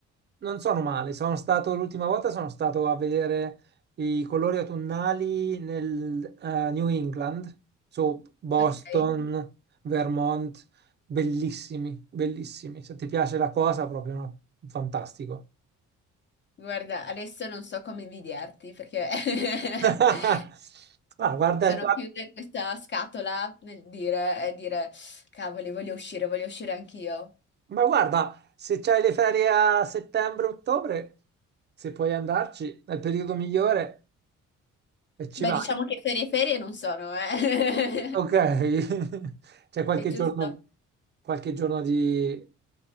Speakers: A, on the right (about 35°); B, on the left (about 35°).
A: Non sono male, sono stato l'ultima volta sono stato a vedere i colori autunnali nel eh, New England, su Boston,
B: ok?
A: Vermont, bellissimi, bellissimi. Se ti piace la cosa, proprio no? fantastico.
B: Guarda, adesso non so come invidiarti perché <laughs>
A: <laughs> Ah, guarda,
B: sono
A: guarda-
B: chiusa in questa scatola nel dire, e dire, cavoli, voglio uscire, voglio uscire anch'io.
A: ma guarda, se c'hai le ferie a settembre-ottobre, se puoi andarci, è il periodo migliore e ci
B: Beh,
A: vai.
B: diciamo che ferie ferie non sono, eh.
A: Ok, <laughs>
B: <laughs>
A: c'è qualche
B: È giusto
A: giorno, qualche giorno di